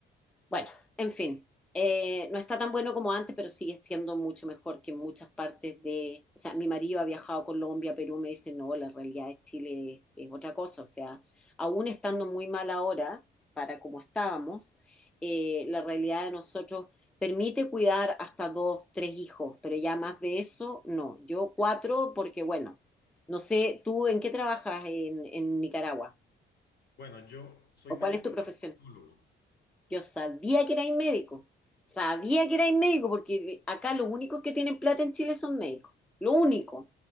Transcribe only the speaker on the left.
Bueno, yo soy
médico
traumatólogo.